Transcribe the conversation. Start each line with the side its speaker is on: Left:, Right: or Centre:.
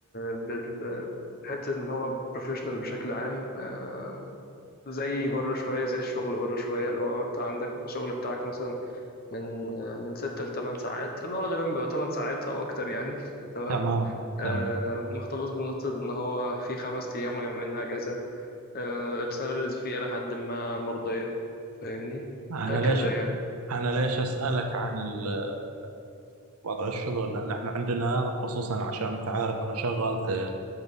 Left: بال- بحتة إن هو بروفيشنال بشكل عام آه، زي بره شوية زي الشغل بره شوية اللي هو أنت عندك الشغل بتاعك مثلا من من ستة لتمن ساعات اللي هو غالبا بيبقى تمن ساعات أو أكتر يعني تمام
Right: تمام
Left: آه،
Right: تمام
Left: محتفظ بنقطة إن هو في خمس أيام ويومين أجازة آه، السالاريز فيه إلى حد ما مرضية فاهمني
Right: أنا
Left: هكذا
Right: ليش
Left: يعني
Right: أنا ليش أسألك عن ال- آه، وضع الشغل لأن إحنا عندنا خصوصا عشان أنت عارف أنا شغال في